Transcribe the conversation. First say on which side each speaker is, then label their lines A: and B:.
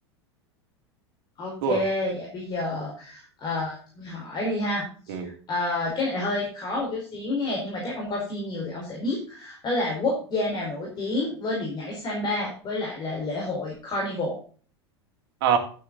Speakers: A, on the left; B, on the right.
A: Ok,
B: thua
A: vậy bây giờ ờ, tôi hỏi đi ha.
B: ừ.
A: Ờ, cái này hơi khó một chút xíu nha nhưng mà chắc ông coi phim nhiều thì ông sẽ biết đó là quốc gia nào nổi tiếng với điệu nhảy samba với lại là lễ hội Carnival
B: Ờ,